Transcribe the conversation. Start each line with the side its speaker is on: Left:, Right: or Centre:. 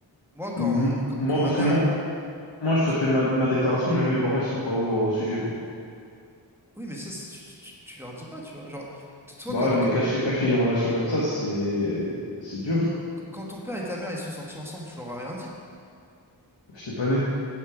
Centre: Moi, quand,
Left: M-
Centre: quand,
Left: moi,
Centre: quand ma
Left: parce
Centre: mère,
Left: que moi, moi, je
Centre: ouais,
Left: te
Centre: tu-
Left: fais ma, ma déclaration, mais mes parents, ils sont pas ouverts au sujet, quoi.
Centre: oui, mais ça, c'est- tu, tu, tu leur dis pas, tu vois. Genre, t- toi,
Left: Bah
Centre: quand,
Left: ouais, mais
Centre: quand,
Left: cacher, cacher une relation comme ça, c'est, c'est dur.
Centre: quand ton père et ta mère, ils sont sortis ensemble, tu leur as rien dit.
Left: J'étais pas né.